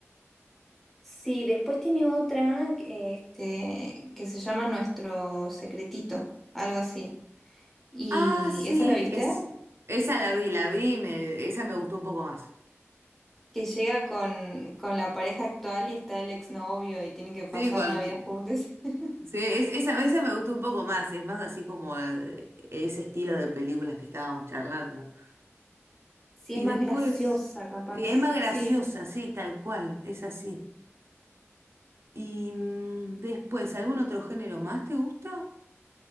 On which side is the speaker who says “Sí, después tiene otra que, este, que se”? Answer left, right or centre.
Centre